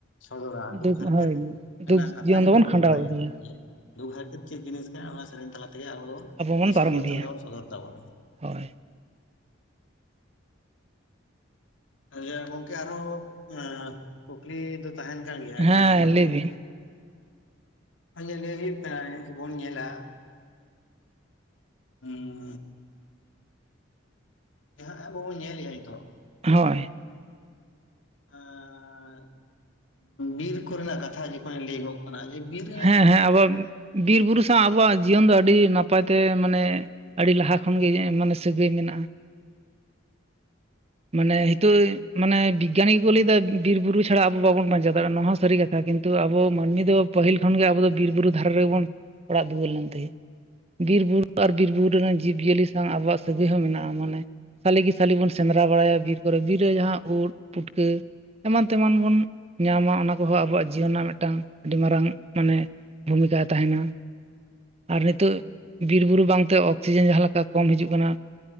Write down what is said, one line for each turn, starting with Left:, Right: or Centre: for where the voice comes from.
Left: ᱥᱚᱫᱚᱨᱟ
Right: ᱫᱩᱠ
Left: ᱟᱫᱚ ᱦᱟᱨᱠᱮᱛ
Right: ᱦᱳᱭ ᱫᱩᱠ
Left: ᱨᱮᱱᱟᱜ ᱠᱟᱛᱷᱟ
Right: ᱡᱤᱭᱚᱱ
Left: ᱜᱮ
Right: ᱫᱚᱵᱚᱱ
Left: ᱵᱟᱵᱚᱱ
Right: ᱠᱷᱟᱸᱰᱟᱣ
Left: ᱵᱟᱲᱟᱭᱟ
Right: ᱤᱫᱤᱭᱟ
Left: ᱧᱟᱢᱟ ᱡᱮ, ᱫᱩᱠ ᱦᱟᱨᱠᱮᱛ ᱪᱮᱫ ᱡᱤᱱᱤᱥ ᱠᱟᱱᱟ ᱚᱱᱟ ᱥᱮᱨᱮᱧ ᱛᱟᱞᱟ ᱛᱮᱜᱮ ᱟᱵᱚ ᱵᱚᱱ
Right: ᱵᱚᱱ
Left: ᱫᱤᱥᱚᱢ
Right: ᱯᱟᱨᱚᱢ
Left: ᱦᱚᱲ
Right: ᱤᱫᱤᱭᱟ
Left: ᱛᱟᱞᱟ ᱛᱮᱵᱚᱱ ᱥᱚᱫᱚᱨ ᱛᱟᱵᱚᱱᱟ᱾
Right: ᱦᱳᱭ
Left: ᱡᱮ ᱜᱚᱝᱠᱮ ᱟᱨᱦᱚᱸ ᱮᱸ ᱠᱩᱠᱞᱤ ᱫᱚ ᱛᱟᱦᱮᱱ ᱠᱟᱱ ᱜᱮᱭᱟ
Right: ᱦᱮᱸ
Left: ᱡᱮ ᱦᱚᱸᱜᱼᱚᱭ
Right: ᱞᱟᱹᱭ ᱵᱤᱱ
Left: ᱱᱚᱜᱼᱚᱭ ᱡᱮ ᱞᱟᱹᱭ ᱦᱩᱭᱩᱜ ᱠᱟᱱᱟ ᱱᱮᱥ ᱵᱚᱱ ᱧᱮᱞᱟ ᱾ ᱦᱩᱸ ᱡᱟᱦᱟᱸ ᱟᱵᱚ ᱵᱚ ᱧᱮᱞᱮᱜᱼᱟ ᱱᱤᱛᱚᱜ ᱾
Right: ᱦᱳᱭ
Left: ᱟᱸᱻ ᱵᱤᱨ ᱠᱚᱨᱮᱱᱟᱜ ᱠᱟᱛᱷᱟ ᱡᱚᱠᱷᱚᱱᱮ ᱞᱟᱹᱭ ᱦᱚᱜ ᱚᱱᱟ <unintelligible>
Right: ᱦᱮᱸ ᱦᱮᱸ ᱟᱵᱚᱣᱟᱜ ᱵᱤᱨ ᱵᱩᱨᱩ ᱥᱟᱶ ᱟᱵᱚᱣᱟᱜ ᱡᱤᱭᱚᱱ ᱫᱚ ᱟᱹᱰᱤ ᱱᱟᱯᱟᱭ ᱛᱮ ᱢᱟᱱᱮ ᱟᱹᱰᱤ ᱞᱟᱦᱟ ᱠᱷᱚᱱᱜᱮ ᱢᱟᱱᱮ ᱥᱟᱹᱜᱟᱹᱭ ᱢᱮᱱᱟᱜᱼᱟ᱾
Left: <inaudible>
Right: ᱢᱟᱱᱮ ᱱᱤᱛᱳᱚᱜ ᱢᱟᱱᱮ ᱵᱤᱜᱽᱜᱟᱱᱤ ᱜᱮᱠᱚ ᱞᱟᱹᱭ ᱫᱟ ᱵᱤᱨ ᱵᱩᱨᱩ ᱪᱷᱟᱲᱟ ᱟᱵᱚ ᱵᱟᱵᱚᱱ ᱵᱟᱧᱪᱟᱣ ᱫᱟᱲᱮᱭᱟᱜᱼᱟ ᱱᱚᱣᱟ ᱦᱚᱸ ᱥᱟᱹᱨᱤ ᱠᱟᱛᱷᱟ᱾ ᱠᱤᱱᱛᱩ ᱟᱵᱚ ᱢᱟᱹᱱᱢᱤ ᱫᱚ ᱯᱟᱹᱦᱤᱞ ᱠᱷᱚᱱᱜᱮ ᱟᱵᱚ ᱫᱚ ᱵᱤᱨᱵᱩᱨᱩ ᱫᱷᱟᱨᱮ ᱨᱮᱵᱚᱱ ᱚᱲᱟᱜ ᱫᱩᱣᱟᱹᱨ ᱞᱮᱱ ᱛᱟᱦᱮᱸᱫ᱾ ᱵᱤᱨ ᱵᱩᱨᱩ ᱟᱨ ᱵᱤᱨ ᱵᱩᱨᱩ ᱨᱮᱱ ᱡᱤᱵᱽᱡᱤᱭᱟᱹᱞᱤ ᱥᱟᱶᱝ ᱟᱵᱚᱣᱟᱜ ᱥᱟᱹᱜᱟᱹᱭ ᱦᱚᱸ ᱢᱮᱱᱟᱜᱼᱟ ᱢᱟᱱᱮ ᱥᱟᱞᱮ ᱜᱮ ᱥᱟᱞᱮ ᱵᱚᱱ ᱥᱮᱸᱫᱽᱨᱟ ᱵᱟᱲᱟᱭᱟ ᱵᱤᱨ ᱠᱚᱨᱮ ᱵᱤᱨ ᱨᱮ ᱡᱟᱦᱟᱸ ᱩᱫᱽ, ᱯᱩᱴᱠᱟᱹ᱾ ᱮᱢᱟᱱ ᱛᱮᱢᱟᱱ ᱵᱚᱱ ᱧᱟᱢᱟ ᱚᱱᱟ ᱠᱚᱦᱚᱸ ᱟᱵᱚᱣᱟᱜ ᱡᱤᱭᱚᱱ ᱨᱮᱱᱟᱜ ᱢᱤᱫᱴᱟᱝ, ᱟᱹᱰᱤ ᱢᱟᱨᱟᱝ ᱢᱟᱱᱮ ᱵᱷᱩᱢᱤᱠᱟᱭ ᱛᱟᱦᱮᱱᱟ᱾ ᱟᱨ ᱱᱤᱛᱚᱜ ᱵᱤᱨ ᱵᱩᱨᱩ ᱵᱟᱝᱛᱮ ᱚᱠᱥᱤᱡᱮᱱ ᱡᱟᱦᱟᱸ ᱞᱮᱠᱟ ᱠᱚᱢ ᱦᱤᱡᱩᱜ ᱠᱟᱱᱟ᱾